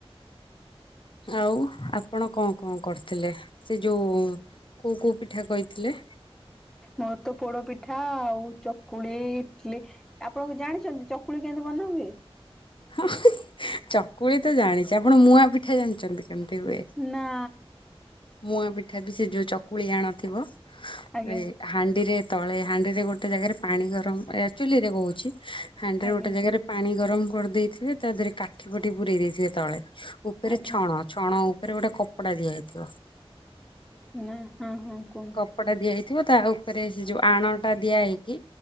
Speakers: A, on the left (about 55°); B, in the centre.
A: ଆଉ ଆପଣ କଣ କଣ କରିଥିଲେ ସେ ଯୋଉ କୋଉ କୋଉ ପିଠା କହିଥିଲେ?
B: ମୋର ତ ପୋଡପି ପିଠା ଆଉ ଚକୁଳି ଇଟଲି ଆପଣ ଜାଣିଛନ୍ତି ଚକୁଳି କେମିତି ବନା ହୁଏ?
A: ହଁ ଚକୁଳି ତ ଜାଣିଛି ଆପଣ ମୁଆଁପିଠା ଜାଣିଛନ୍ତି କେମିତି ହୁଏ।
B: ନା।
A: ମୁଆଁ ପିଠା ବି ସେ ଯୋଉ ଚକୁଳି ଆଣଥିବ
B: ଆଜ୍ଞା
A: ଏ ହାଣ୍ଡିରେ ତଳେ ହାଣ୍ଡିରେ ଗୋଟେ ଜାଗାରେ ପାଣି ଗରମ ଚୁଲିରେ। <unintelligible> ହାଣ୍ଡିରେ
B: ଆଜ୍ଞା
A: ଗୋଟେ ଜାଗାରେ ପାଣି ଗରମ କରିଦେଇଥିବେ ତା ଦେହରେ କାଠି ଫାଟି ପୁରେଇ ଦେଇଥିବେ ତଳେ। ଉପରେ
B: ଆଜ୍ଞା
A: ଛଣ ଛଣ ଉପରେ ଗୋଟେ କପଡ଼ା ଦିଆଯାଇଥିବ।
B: ନା ହଁ ହଁ କୁହନ୍ତୁ?
A: କପଟା ଦିଆଯାଇଥିବ ତା ଉପରେ ସେ ଯୋଉ ଆଣ ଟା ଦିଆ ହେଇକି